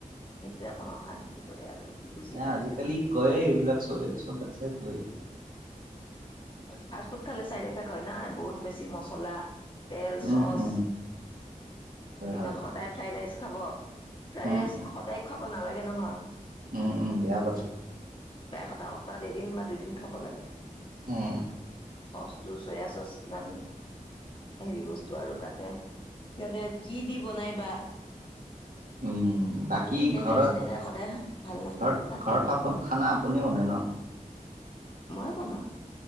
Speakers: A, on the left; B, on the right.
A: সেইটোৱে অকল অশান্তি কৰে আৰু। সি বুজি
B: ন
A: নাপালে
B: আজিকালি কৰে এইবিলাক চবে, চব বাচ্ছাই কৰে।
A: ফাষ্ট ফুড খালে চাইড এফেক্ট হয় না, বহুত বেছি মছলা তেল
B: উম
A: চচ,
B: উম হয়
A: দিনত
B: হয়
A: সদায় ফ্ৰাইড ৰাইচ খাব। ফ্ৰাইড
B: উম
A: ৰাইচ
B: উম
A: সদায় খাব নালাগে নহয়।
B: উম, উম, বেয়া পাৰছে
A: বেয়া কথা ক তাত <inaudible> <unintelligible> এদিন বা দুদিন খাব লাগে।
B: অঁ।
A: চচটো চয়া চচ কিমান হেৰি বস্তু আৰু তাতে, সিহঁতে কি দি বনাই বা
B: উম, বাকী
A: ভিনেগাৰ
B: ঘৰত,
A: চিনেগাৰ সদায় ভাল নাহ
B: ঘৰত
A: বাকী
B: ঘৰ
A: কি
B: খাব খানা আপুনি বনায় ন?
A: মইে বনাওঁ।